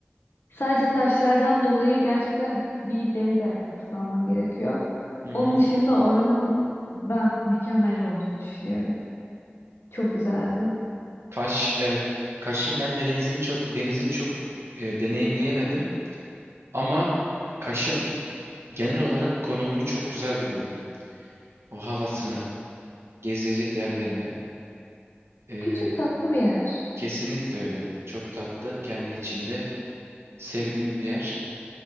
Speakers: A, on the left; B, on the right.
A: Sadece taşlardan dolayı gerçekten bir deniz ayakkabısı alman gerekiyor.
B: Hı hı.
A: Onun dışında oranın ben mükemmel olduğunu düşünüyorum. Çok güzeldi.
B: Kaş evet. Kaş'ın ben denizini çok denizini çok e, deneyimleyemedim ama Kaş'ın Genel olarak konumunu çok güzel buluyorum. O havasını, gezilecek yerlerini. Ee,
A: Küçük tatlı bir yer.
B: kesinlikle öyle. Çok tatlı, kendi içinde sevimli bir yer.